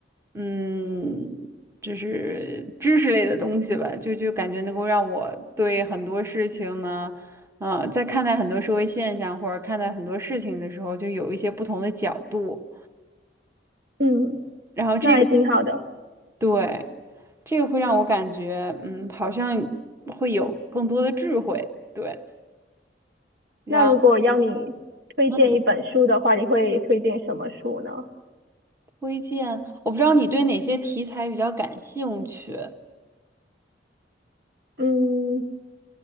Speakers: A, on the right (about 15°); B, on the right (about 65°).
A: 嗯，就是知识类的东西吧，就就感觉能够让我对很多事情呢，啊，在看待很多社会现象或者看待很多事情的时候，就有一些不同的角度。
B: 嗯，
A: 然后这个
B: 那还挺好的。
A: 对，这个会让我感觉，嗯，好像会有更多的智慧。对，然后
B: 那如果要你推荐一本书的话，
A: 嗯，
B: 你会推荐什么书呢？
A: 推荐，我不知道你对哪些题材比较感兴趣，
B: 嗯，